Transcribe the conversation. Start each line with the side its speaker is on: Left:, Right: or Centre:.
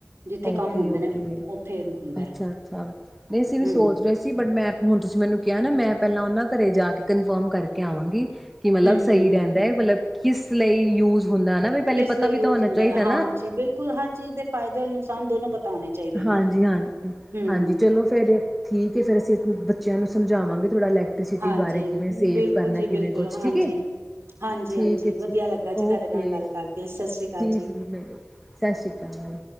Right: ਜਿੱਥੇ
Centre: ਓਕੇ
Right: ਕੰਮ ਹੁੰਦੇ
Centre: ਓਕੇ
Right: ਨੇ ਉੱਥੇ ਹੁੰਦਾ
Centre: ਅੱਛਾ ਅੱਛਾ ਨਹੀਂ ਅਸੀਂ ਵੀ
Right: ਹਮ
Centre: ਸੋਚ ਰਹੇ ਸੀ ਬਟ ਮੈਂ ਹੁਣ ਤੁਸੀ ਮੈਨੂੰ ਕਿਹਾ ਨਾ ਮੈਂ ਪਹਿਲਾਂ ਉਹਨਾਂ ਘਰੇ ਜਾ ਕੇ ਕਨਫਰਮ ਕਰਕੇ ਕੇ ਆਵਾਂਗੀ। ਕਿ ਮਤਲਬ
Right: ਹਮ
Centre: ਸਹੀ
Right: ਹਮ
Centre: ਰਹਿੰਦਾ ਹੈ ਮਤਲਬ ਕਿਸ ਲਈ ਯੂਜ ਹੁੰਦਾ ਨਾ ਵੀ ਪਹਿਲੇ
Right: ਕਿਸ
Centre: ਪਤਾ
Right: ਲਈ
Centre: ਵੀ
Right: ਯੂਜ
Centre: ਤਾਂ ਹੋਣਾ
Right: ਹੁੰਦਾ
Centre: ਚਾਹੀਦਾ
Right: ਹੈ, ਹਾਂਜੀ ਬਿਲਕੁਲ ਹਰ ਚੀਜ਼ ਦੇ ਫਾਇਦੇ ਨੁਕਸਾਨ ਦੋਨੋ ਪਤਾ ਹੋਣੇ ਚਾਹੀਦੇ ਨਾ
Centre: ਹਾਂਜੀ ਹਾਂਜੀ
Right: ਹੂੰ,
Centre: ਹਾਂਜੀ ਚਲੋ ਫੇਰ ਠੀਕ ਹੈ ਫੇਰ ਅਸੀਂ ਬੱਚਿਆਂ ਨੂੰ ਸਮਝਾਵਾਂਗੇ। ਥੋੜ੍ਹਾ ਇਲੈਕਟ੍ਰੀਸਿਟੀ
Right: ਹਾਂਜੀ
Centre: ਬਾਰੇ ਕਿਵੇਂ ਸੇਵ
Right: ਬਿਲਕੁਲ
Centre: ਕਰਨਾ
Right: ਜੀ ਬਿਲਕੁਲ,
Centre: ਕਿਵੇਂ ਕੁਛ
Right: ਹਾਂਜੀ।
Centre: ਠੀਕ ਹੈ।
Right: ਹਾਂਜੀ-ਹਾਂਜੀ
Centre: ਠੀਕ ਹੈ
Right: ਵਧੀਆ
Centre: ਠੀਕ
Right: ਲੱਗਾ ਜੀ ਤੁਹਾਡੇ
Centre: ਓਕੇ
Right: ਨਾਲ ਗੱਲ
Centre: ਜੀ
Right: ਕਰਕੇ, ਸਤਿ ਸ੍ਰੀ ਅਕਾਲ
Centre: ਜੀ ਸਤਿ ਸ਼੍ਰੀ ਅਕਾਲ